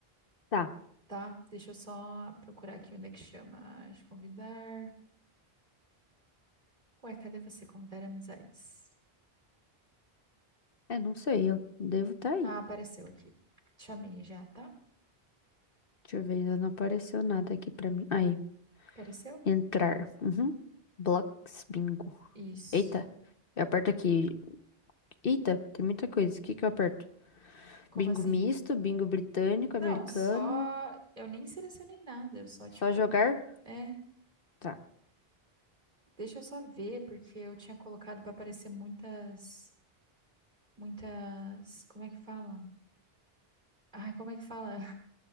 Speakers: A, on the left; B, on the right.
A: Tá.
B: tá? Deixa eu só procurar aqui onde é que chama. Deixa eu convidar. Ué, cadê você? Convidar amizades.
A: É, não sei, eu devo estar aí.
B: Ah, apareceu aqui. Te Chamei já, tá?
A: Deixa eu ver, ainda não apareceu nada aqui pra mim. Aí,
B: Apareceu?
A: entrar. Uhum. Blocks, bingo.
B: Isso.
A: Eita, eu aperto aqui. Eita, tem muita coisa. O que que eu aperto?
B: Como
A: Bingo
B: assim?
A: misto, bingo britânico,
B: Não,
A: americano.
B: só. Eu nem selecionei nada, eu só, tipo.
A: Só jogar?
B: É,
A: Tá.
B: deixa eu só ver, porque eu tinha colocado pra aparecer muitas. Muitas. Como é que fala? Ai, como é que fala?